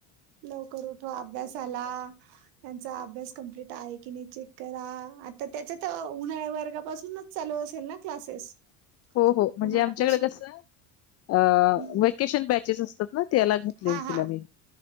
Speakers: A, on the right; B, on the left.
A: लवकर उठवा अभ्यासाला त्यांचा अभ्यास कंप्लीट आहे की नाही चेक करा, आता त्याच्यात उन्हाळ्या वर्गापासून चालू असेल ना? क्लासेस
B: हो हो म्हणजे
A: उन्हाळ्यापासून
B: आमच्याकडं कसं अ
A: हम्म
B: व्हेकेशन बॅचेस असतात ना त्याला घातलेल
A: हा हा
B: तिला मी.